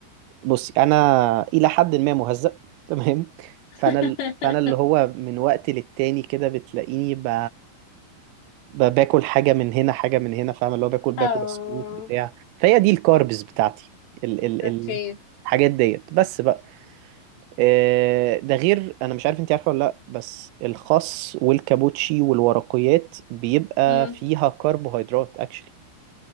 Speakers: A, on the right; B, on the left.
A: بصي انا الى حد ما مهزأ <laughs> تمام
B: <laughs>
A: فانا ال- فانا اللي هو من وقت للتاني كده بتلاقيني ب... ب... باكل حاجة من هنا حاجة من هنا فاهم اللي هو باكل باكل
B: اه
A: بسكوت بتاع فهي دي الكاربز بتاعتي ال... ال...
B: اوكي
A: ال... الحاجات ديت بس بقى آه، ده غير انا مش عارف انت عارفه ولا لا بس الخس والكابوتشي والورقيات بيبقى
B: امم
A: فيها كربوهيدرات اكشلي